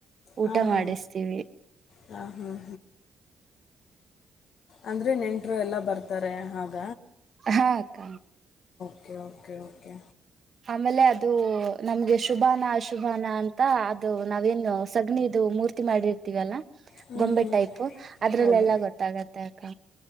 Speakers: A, on the right (about 45°); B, on the left (about 65°).
A: ಊಟ
B: ಹಾಂ ಹಾಂ
A: ಮಾಡಿಸ್ತೀವಿ
B: ಹಾಂ ಹಾಂ ಅಂದ್ರೆ ನೆಂಟರು ಎಲ್ಲ ಬರ್ತಾರೆ ಸಾರೆ ಹಾಗ
A: ಹಾಕ್ಕ
B: ಓಕೆ ಓಕೆ ಓಕೆ
A: ಆಮೇಲೆ ಅದು ನಮ್ಗೆ ಶುಭಾನ ಅಶುಭಾನ ಅಂತ ಅದು ನಾವೇನು ಸಗ್ನಿದು ಮೂರ್ತಿ ಮಾಡಿರ್ತೀವಲ್ಲ
B: ಹ್ಞೂ
A: ಗೊಂಬೆ
B: ಹ್ಞೂ
A: ಟೈಪ್ ಅದ್ರಲ್ಲೆಲ್ಲ
B: ಹೌದು
A: ಗೊತ್ತಾಗತ್ತೆ ಅಕ